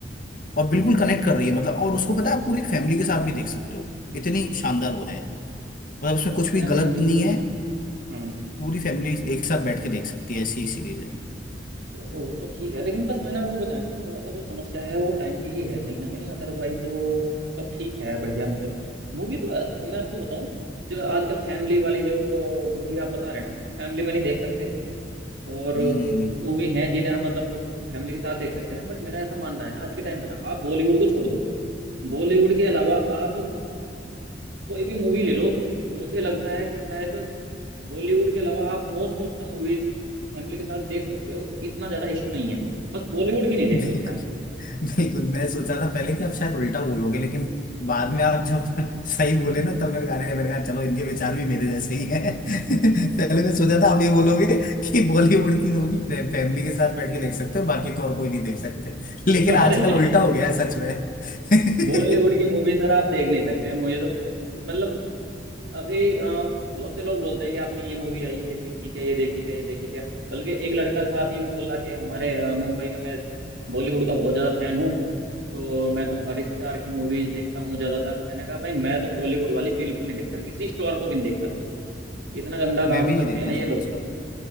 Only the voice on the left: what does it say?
और बिल्कुल कनेक्ट कर रही है मतलब और उसको पता है आप पूरी फैमिली के साथ भी देख सकते हो इतनी शानदार हुआ है मतलब उसमें
कुछ
भी गलत नहीं है
पूरी फैमिली एक साथ बैठ के देख सकती है ऐसी सीरीज है
हम्म
बिल्कुल
बिल्कुल मैं सोचा था पहले कि आप शायद उल्टा बोलोगे लेकिन बाद में आप जब <laughs> सही बोले
ना तब मेरे गाने मेरे कहा चलो इनके विचार भी मेरे जैसे ही है <laughs> पहले मैं सोचा था आप ये बोलोगे कि बॉलीवुड की मूवी फै, फैमिली के साथ बैठ के देख सकते हो बाकी तो और कोई नहीं देख सकते लेकिन
आजकल
उल्टा हो गया है सच में
<laughs>
मैं
भी
नहीं देखता
सर
आजकल